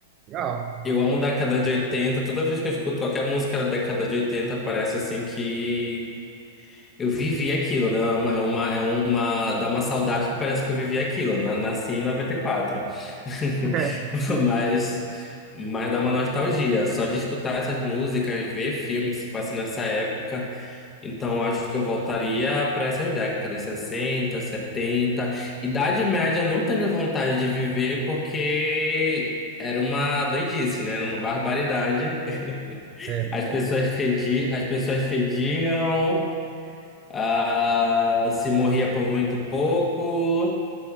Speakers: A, on the right (about 35°); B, on the left (about 20°).
A: Legal.
B: Eu amo década de 80. toda vez que eu escuto qualquer música da década de 80 parece assim que. Eu vivi aquilo, né? É uma, é uma, é uma- dá uma saudade que parece que eu vivi aquilo. Na- nasci em noventa e quatro, <laughs>
A: <laughs>
B: Mas, mas dá uma nostalgia. Só de escutar essas músicas, ver filme que se passa nessa época. Então acho que eu voltaria para essas décadas, 60, 70. Idade média eu não tenho vontade de viver porque era uma doidice, né? Era uma barbaridade. <laughs>
A: É,
B: As pessoas
A: é,
B: fedi, as pessoas fediam. Ah, se morria por muito pouco,